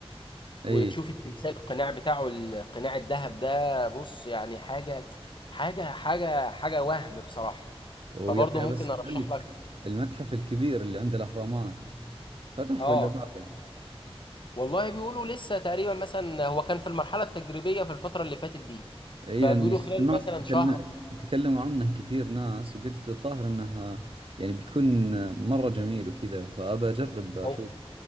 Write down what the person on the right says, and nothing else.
اي
ويا
اخي
ابى اسالك
المتحف الكبير اللي عند الاهرامات فتح
ولا بعده؟
اي
لاني سمعت
تكلم
تكلموا عنه كثير ناس وقلت الظاهر انها يعني بيكون مرة جميل وكذا فابى اجرب اشوف